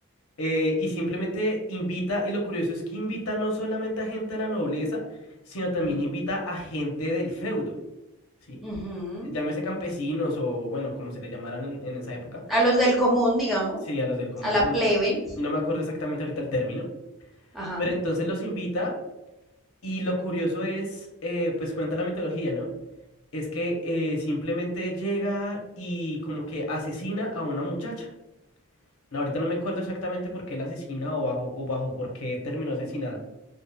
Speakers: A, on the left; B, in the centre.
A: Eh, y simplemente invita, y lo curioso es que invita no solamente a gente de la nobleza, sino también
B: Ujú,
A: invita a gente del feudo, ¿sí?
B: ujú.
A: Llámese campesinos o, bueno, como se le llamaran en, en esa época,
B: a los del común, digamos,
A: sí, a los del común,
B: a la
A: no,
B: plebe.
A: no me acuerdo exactamente ahorita el término,
B: Ajá.
A: pero entonces los invita y lo curioso es, eh, pues cuenta la mitología, ¿no? Es que eh, simplemente llega y como que asesina a una muchacha. No, ahorita no me acuerdo exactamente por qué la asesina o bajo, o bajo por qué terminó asesinada.